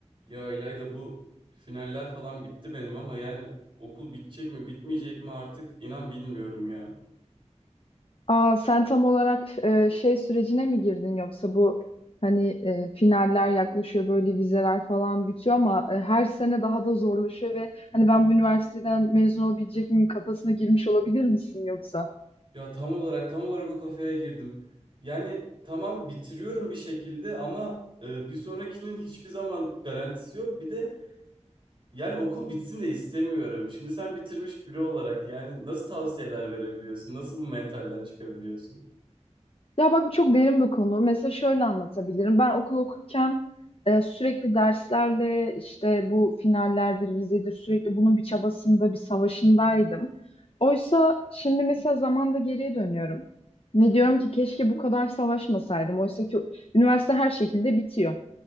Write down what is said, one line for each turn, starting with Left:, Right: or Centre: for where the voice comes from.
Right: Ya İlayda bu finaller falan bitti benim ama yani okul bitecek mi bitmeyecek mi artık inan bilmiyorum ya.
Left: Aa, sen tam olarak e, şey sürecine mi girdin yoksa bu hani e, finaller yaklaşıyor böyle vizeler falan bitiyor ama e, her sene daha da zorlaşıyor ve hani ben bu üniversiteden mezun olabilecek miyim kafasına girmiş olabilir misin yoksa?
Right: Ya tam olarak tam olarak o kafeye girdim. Yani tamam bitiriyorum bir şekilde ama e, bir sonrakinin hiçbir zaman garantisi yok. Bir de yani okul bitsin de istemiyorum. Şimdi sen bitirmiş biri olarak yani nasıl tavsiyeler verebiliyorsun? Nasıl bu mentalden çıkabiliyorsun?
Left: Ya bak bu çok derin bir konu. Mesela şöyle anlatabilirim. Ben okul okurken e, sürekli derslerle işte bu finallerdir, vizedir sürekli bunun bir çabasında, bir savaşındaydım. Oysa şimdi mesela zamanda geriye dönüyorum. Ve diyorum ki keşke bu kadar savaşmasaydım. Oysa ki üniversite her şekilde bitiyor.